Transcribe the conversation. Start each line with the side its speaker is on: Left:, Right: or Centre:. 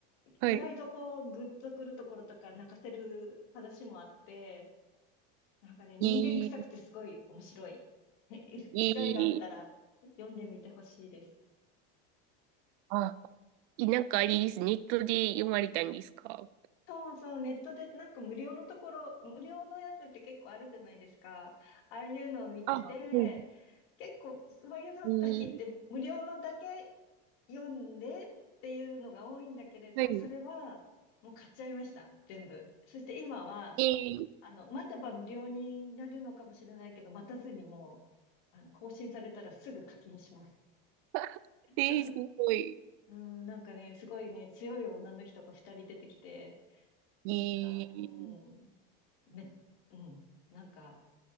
Right: はい。
Left: 意外とこうグッとくるところとか泣かせる話もあって、なんかね、人間臭くてすごい面白い。
Right: いい、
Left: <laughs>
Right: いい。
Left: 機会があったら読んでみてほしいです。
Right: あ、なんかあれです。ネットで読まれたんですか
Left: そうそう、ネットでなんか無料のところ、無料のやつって結構あるじゃないですか。ああいうのを見てて、
Right: あ、はい。
Left: 結構そういうの時って無料のだけ
Right: いい、
Left: 読んでっていうのが多いんだけれど、
Right: はい。
Left: それはもう買っちゃいました、全部。そして今は、
Right: いい。
Left: あの、待てば無料になるのかもしれないけど、待たずにもう、あの、更新されたらすぐ課金します。
Right: <laughs>
Left: <laughs>
Right: えー、すごい。
Left: うん、なんかね、すごいね、強い女の人が二人出てきて、
Right: いい。
Left: なんか、うん、め、うん、なんか、